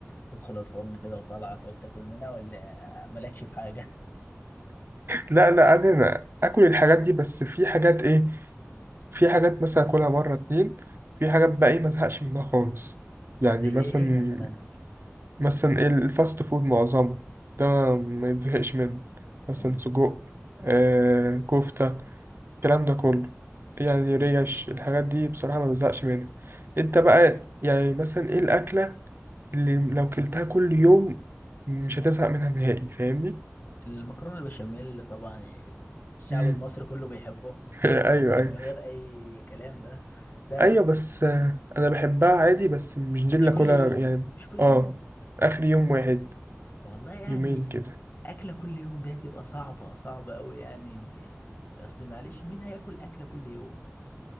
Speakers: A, on the left; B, on the right.
A: تدخل الفرن كده وطالعة تقعد تاكل منها ولا مالكش في حاجة
B: لا لا أنا أنا آكل الحاجات دي بس في حاجات إيه في حاجات مثلا آكلها مرة اتنين في حاجات بقى إيه مزهقش منها خالص يعني
A: زي
B: مثلا
A: ايه ايه مثلا
B: مثلا إيه الفاست فود معظمه ده ما يتزهقش منه
A: تمام
B: مثلا سجق آه كفتة الكلام ده كله يعني ريش الحاجات دي بصراحة ما بزهقش منها انت بقى يعني مثلا ايه الأكلة اللي لو كلتها كل يوم مش هتزهق منها نهائي فاهمني؟
A: المكرونة البشاميل طبعا يعني الشعب
B: مم.
A: المصري كله بيحبه
B: <laughs> ايوه
A: <laughs> من
B: ايوه
A: غير اي كلام ده ده
B: ايوه
A: بص
B: بس آه، انا بحبها عادي بس مش دي
A: مش
B: اللي
A: كل
B: اكلها
A: يوم
B: يعني
A: مش كل
B: اه
A: يوم
B: اخر يوم واحد
A: والله يعني
B: يومين كده
A: اكله كل يوم ده هتبقى صعبه صعبه قوي يعني اللي اصل معلش مين هياكل اكله كل يوم